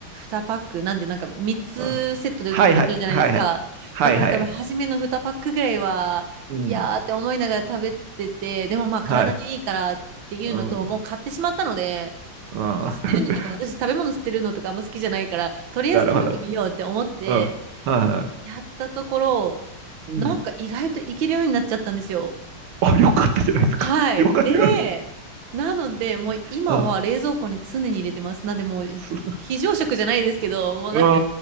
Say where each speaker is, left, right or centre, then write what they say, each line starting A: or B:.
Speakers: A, on the right (about 65°); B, on the right (about 85°).
A: パック、なんでなんか3つセットで売ってたりするじゃないですか。
B: あはいはい、はいはい。はいはい。
A: だから多分初めの2パックぐらいは、
B: うん。
A: いやーって思いながら食べてて、でもまあ体にいいからっていうのと、
B: はい。うん。
A: もう買ってしまったので、
B: ああ、
A: なんか捨てるのとか、
B: <laughs>
A: 私食べ物捨てるのとかあんま好きじゃないから、とりあえず食べてみようって思って、
B: なるほど。うん。はいは
A: やったところ、
B: い。うん。
A: なんか意外といけるようになっちゃったんですよ。
B: あ、よかったじゃないですか。
A: はい。
B: よかったよ。
A: で、なので、もう今は冷蔵庫に常に入れてます。
B: ああ、
A: なんで、もう
B: <laughs> す、
A: 非常食じゃないですけど、もうなんか、
B: あ